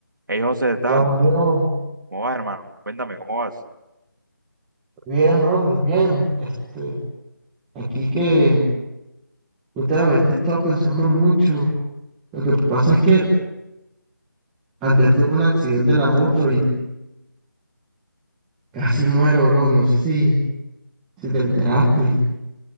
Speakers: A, on the right (about 70°); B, in the centre.
A: Hey José, ¿qué tal?
B: Hola Juan Diego,
A: ¿Cómo vas, hermano? Cuéntame, ¿cómo vas?
B: bien bro, muy bien. Este, aquí que últimamente he estado pensando mucho. Lo que pasa es que antes tuve un accidente en la moto y casi muero, bro. No sé si, si te enteraste.